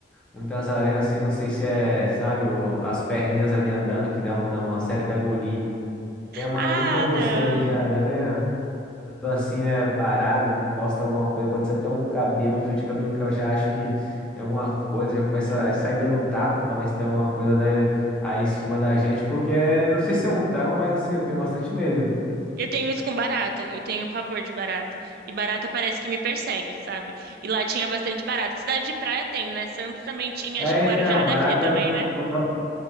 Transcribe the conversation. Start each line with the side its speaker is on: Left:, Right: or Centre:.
Centre: Muitas aranhas assim, não sei se é, sabe, o- as perninhas ali andando, que dá, um- dá uma certa agonia, mas
Right: Ah,
Centre: nunca gostei
Right: não.
Centre: ali de aranha. Eu tô assim, né, parado, encosta alguma coisa, pode ser até um cabelo, um fio de cabelo que eu já acho que tem alguma coisa, já começa a sair dando tapa pra ver se tem alguma coisa, né, ali em cima da gente, porque é, não sei se é um trauma, mas assim, eu tenho bastante medo.
Right: Eu tenho isso com barata. Eu tenho pavor de barata. E barata parece que me persegue, sabe? E lá tinha bastante barata. Cidade de praia tem, né? Santos também tinha.
Centre: É,
Right: Acho que Guarujá
Centre: então,
Right: deve
Centre: barata
Right: ter também,
Centre: não, não,
Right: né?
Centre: não gosto.